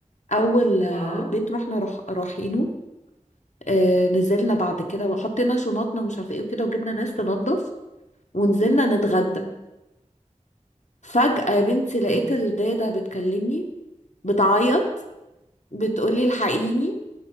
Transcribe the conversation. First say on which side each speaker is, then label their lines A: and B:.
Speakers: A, on the left; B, on the left.
A: اول آه،
B: اه
A: بيت رحنا رح... رايحينه آه، نزلنا بعد كده وحطينا شنطنا مش عارفه ايه وكده وجبنا ناس تنظف ونزلنا نتغدى
B: مم.
A: فجأة يا بنتي
B: مم.
A: لقيت الدادة بتكلمني بتعيط بتقولي الحقيني